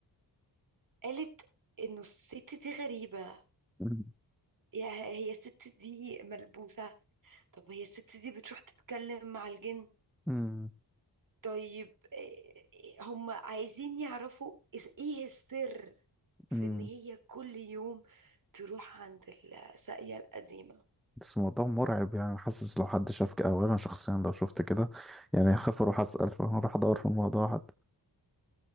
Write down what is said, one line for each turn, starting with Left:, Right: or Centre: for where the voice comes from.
Right: قالت انه الست دي غريبة
Centre: أمم،
Right: يا هي الست دي ملبوسة طب هي الست دي بتروح تتكلم مع الجن
Centre: أمم،
Right: طيب إيه- هم عايزين يعرفوا إز- ايه السر في
Centre: أمم.
Right: ان هي كل يوم تروح عند الساقية القديمة
Centre: بس الموضوع مرعب يعني حاسس لو حد شاف كده أو أنا شخصيا لو شفت كده يعني هخاف أروح أسأل فهروح أدور في الموضوع حد